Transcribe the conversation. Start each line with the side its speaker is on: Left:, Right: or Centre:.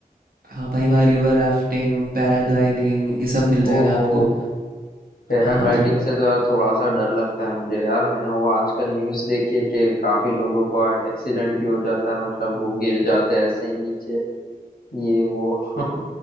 Right: हाँ भाई वहाँ रिवर राफ्टिंग पैराग्लाइडिंग ये सब मिल जाएगा
Left: ओहो
Right: आपको
Left: पैराग्लाइडिंग
Right: हाँ तो
Left: से तो यार थोड़ा सा डर लगता है मुझे यार मैंने वो आजकल न्यूज़ देखी है कि काफी लोगों को एक्सीडेंट भी हो जाता है मतलब वो गिर जाते हैं ऐसे ही नीचे ये वो <laughs>